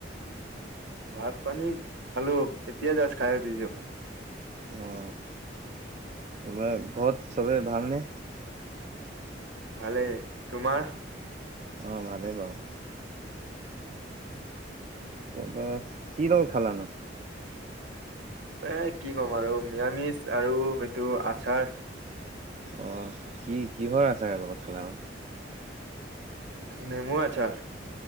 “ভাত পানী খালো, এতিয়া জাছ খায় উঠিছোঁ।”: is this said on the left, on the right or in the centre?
Right